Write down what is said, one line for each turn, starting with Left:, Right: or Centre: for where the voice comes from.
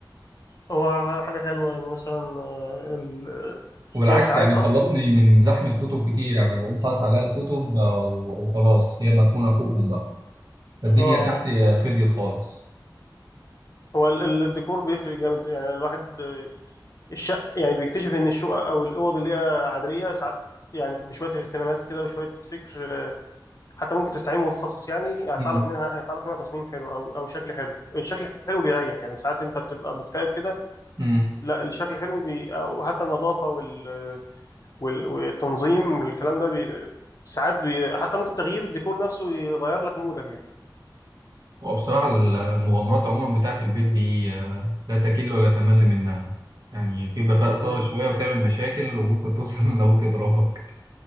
Left: هو حاجه حلوه يعني مثلا آه، ال...
Right: وبالعكس
Left: يعني ساعات
Right: يعني
Left: اصلا
Right: خلصني من زحمة كتب كتير يعني بقوم حاطط عليها الكتب آه، و- وخلاص هي مدفونة فوقهم بقى فالدنيا
Left: اه
Right: تحت آه، فضيت خالص
Left: هو ال- ال- الديكور بيفرق جامد يعني الواحد الشق يعني بيكتشف ان الشقق او الاوض اللي هي عاديه ساعات يعني بشويه اهتمامات كده وشويه فكر آه، حتى ممكن تستعين متخصص يعني هيطلع
Right: مم.
Left: لك منها هيطلع لك منها تصميم حلو او او شكل حلو الشكل الحلو بيريح يعني ساعات انت بتبقى مكتئب كده
Right: مم.
Left: لا الشكل الحلو بي او حتى النظافه وال وال- والتنظيم والكلام ده بي ساعات بي حتى ممكن تغيير الديكور نفسه يغير لك مودك يعني
Right: وبصراحة ال- المغامرات عموما بتاعت البيت دي آه، لا تكل ولا تمل منها يعني بيبقى فيها إثارة
Left: مم.
Right: شوية وبتعمل مشاكل وممكن توصل <laughs> إن أبوك يضربك